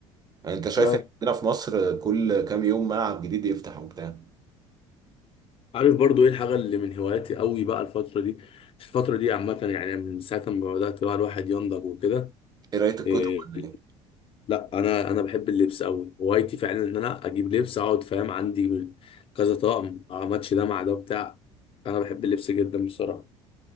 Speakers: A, on the right; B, on the left.
A: يعني انت شايف
B: نعم
A: إن عندنا في مصر كل كام يوم ملعب جديد يفتح وبتاع
B: عارف برضو ايه الحاجه اللي من هواياتي قوي بقى الفتره دي الفتره دي عامه يعني من ساعه ما بدات بقى الواحد ينضج وكده
A: ايه قراية الكتب
B: إيه
A: ولا ايه
B: لا انا انا بحب اللبس قوي هوايتي فعلا ان انا اجيب لبس اقعد فاهم عندي كذا طقم اماتش ده مع ده بتاع انا بحب اللبس جدا بصراحه